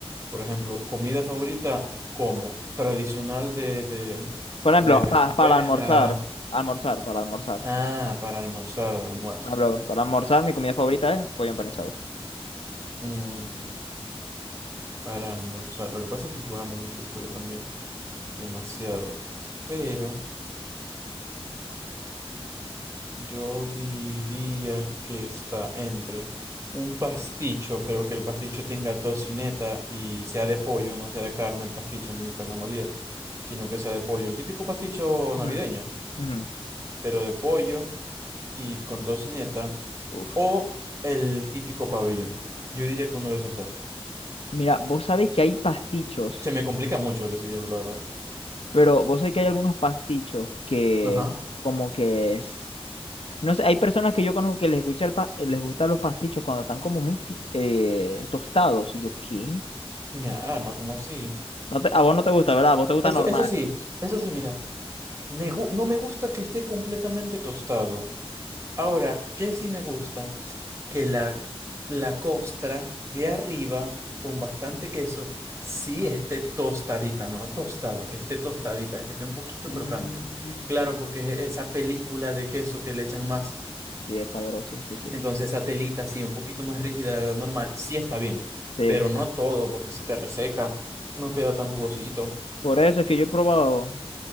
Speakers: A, on the right; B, on the left.
A: Por ejemplo, comida favorita como tradicional de, de,
B: Por ejemplo,
A: de Venezuela.
B: pa- para almorzar, almorzar, para almorzar.
A: Ah, para almorzar, de almuerzo.
B: Por ejemplo, para almorzar mi comida favorita es pollo empanizado.
A: Mm, para almorzar. Lo que pasa es que yo amo mucho el pollo también, demasiado. Pero Yo diría que está entre un pasticho, pero que el pasticho tenga tocineta y sea de pollo, no sea de carne el pasticho ni de carne molida, sino que sea de pollo. El típico pasticho
B: Ujú.
A: navideño,
B: Ujú.
A: pero de pollo y con tocineta,
B: Uf,
A: o el típico pabellón. Yo diría que uno de esos dos.
B: Mira, vos sabés que hay pastichos,
A: Se me complica mucho decidirlo, la verdad.
B: pero vos sabés que hay algunos pastichos que
A: Ajá.
B: como que es... No sé, hay personas que yo conozco que les gusta el pa- eh, les gustan los pastichos cuando están como muy ti- eh, tostados. Y yo, ¿qué?
A: Mi arma, como así?
B: No te- a vos no te gusta, ¿verdad? A vos te gusta
A: Eso,
B: normal.
A: eso sí, eso sí, mira. Me, gu- no me gusta que esté completamente tostado. Ahora, ¿qué sí me gusta? Que la, la costra de arriba, con bastante queso, sí esté tostadita, no tostado, que esté tostadita, que esté un poquito
B: Mm,
A: crocante. Claro, porque es e-, esa película de queso que le echan más,
B: sí, es sabroso, sí, sí.
A: entonces esa telita así, un poquito más rígida de lo normal, sí está bien,
B: Sí.
A: pero no todo, porque se te reseca, no queda tan jugosito.
B: Por eso es que yo he probado